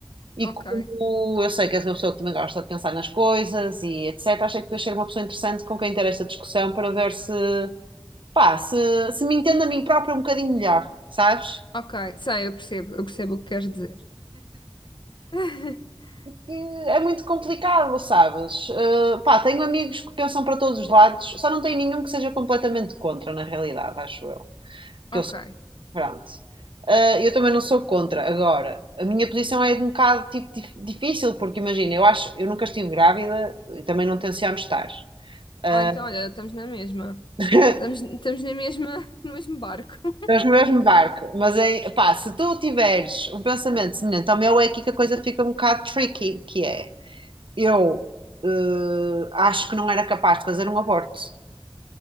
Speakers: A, on the right (about 70°); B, on the left (about 60°).
A: E
B: Ok,
A: como eu sei que és uma pessoa que também gosta de pensar nas coisas e etc, achei que podias ser uma pessoa interessante com quem ter esta discussão para ver se pá, se, se me entendo a mim própria um bocadinho melhor, sabes?
B: ok, sei, eu percebo, eu percebo o que queres dizer. <laughs>
A: E É muito complicado, sabes? Eh, pá, tenho amigos que pensam para todos os lados, só não tenho nenhum que seja completamente contra, na realidade, acho eu. Que
B: Ok,
A: eu sou, pronto. Eh, eu também não sou contra. Agora, a minha posição é de um bocado tipo, dif- difícil, porque imagina, eu acho, eu nunca estive grávida e também não tenciono estar. Eh,
B: ah, então olha, estamos na mesma.
A: <laughs>
B: Estamos, estamos na mesma, <laughs> no mesmo barco. <laughs>
A: Estamos no mesmo barco, mas é, pá, se tu tiveres um pensamento semelhante ao meu, é aqui que a coisa fica um bocado tricky, que é, eu eh, acho que não era capaz de fazer um aborto.